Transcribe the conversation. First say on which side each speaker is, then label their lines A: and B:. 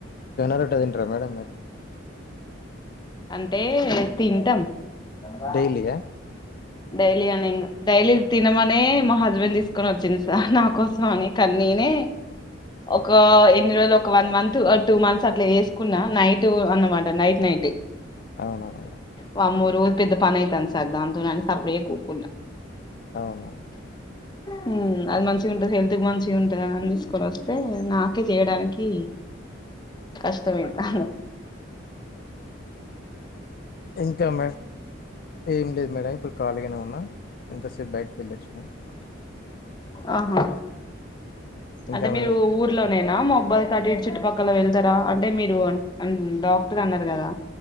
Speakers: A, on the left; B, on the left.
A: జొన్న రొట్టె తింటరా మేడం మీరు.
B: అంటే తింటాం. క
A: డైలీయా
B: డైలీ అని ఎంకాదు. డైలీ తినమనే మా హస్బెండ్ తీసుకొని వచ్చిండు సార్ నా కోసం అని కానీ నేనే ఒక ఎన్ని రోజులు ఒక వన్ మంత్ టూ మంత్స్ అట్లా చేసుకున్నా నైట్ అన్నమాట నైట్ నైట్.
A: అవునా మేడం
B: వామ్మో రోజు పెద్ద పని అయితంది సార్ దాంతోని అని సప్పుడేక ఊకూన్న.
A: అవును.
B: హ్ అది మంచిగా ఉంటది, హెల్త్ మంచిగా తింటదని తీసుకొని వస్తే నాకే చేయడానికి కష్టం అయితాంది.
A: ఇంకా మే ఏం లేదు మేడం. ఇప్పుడు కాలిగనే ఉన్నా ఇంతసేపు బయటకి వెళ్ళొచ్చినా.
B: ఆహా
A: ఇంకా
B: అంటే మీరు
A: మేడం
B: ఊ ఊర్లోనే నా మహబూబబాద్ కి అటి ఇటు చుట్టుపక్కల వెళ్తారా, అంటే మీరు డాక్టర్ అన్నరు కదా.